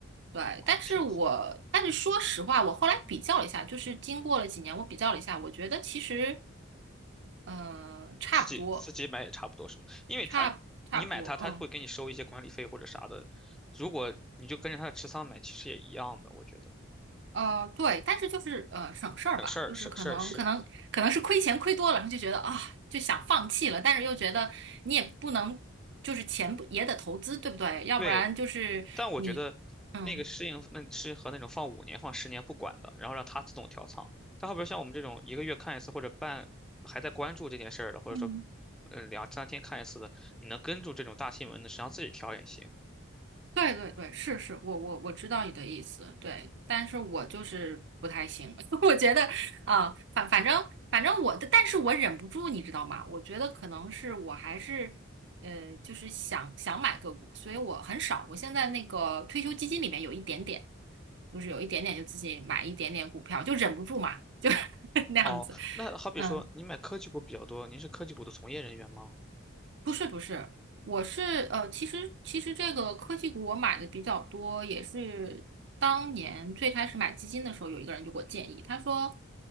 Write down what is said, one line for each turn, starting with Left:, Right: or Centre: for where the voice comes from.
Right: 对，
Centre: 好听
Right: 但是我但是说实话，我后来比较了一下，就是经过了几年，我比较了一下，我觉得其实呃差不多。
Centre: 自己自己买也差不多是吗？因为他你买它，
Right: 差差不多，
Centre: 他就会给你收一些管理费或者啥的。
Right: 嗯，
Centre: 如果你就跟着他的持仓买，其实也一样的，我觉得
Right: 呃，对，但是就是呃省事儿吧，
Centre: 省事儿省事儿是。
Right: 就是可能可能可能是亏钱亏多了，然后就觉得啊就想放弃了，但是又觉得你也不能就是钱不也得投资，对不对？要不然就是你，
Centre: 对，但我觉得那个适应那适合那种放五年放十年不管的，
Right: 嗯
Centre: 然后让它自动调仓。但后边像我们这种一个月看一次或者半还在关注这件事儿的，或者说
Right: 嗯。
Centre: 嗯两三天看一次的，你能跟住这种大新闻的，实际上自己调也行。
Right: 对对对，是是，我我我知道你的意思，对，但是我就是不太行，<laughs> 我觉得啊，反反正反正我的，但是我忍不住，你知道吗？我觉得可能是我还是呃，就是想想买个股，所以我很少，我现在那个退休基金里面有一点点，就是有一点点就自己买一点点股票，就忍不住嘛，就 <laughs> 那样子，
Centre: 哦，那好比说，
Right: 嗯。
Centre: 您买科技股比较多，您是科技股的从业人员吗？
Right: 不是不是，我是呃，其实其实这个科技股我买的比较多，也是当年最开始买基金的时候，有一个人就给我建议，他说，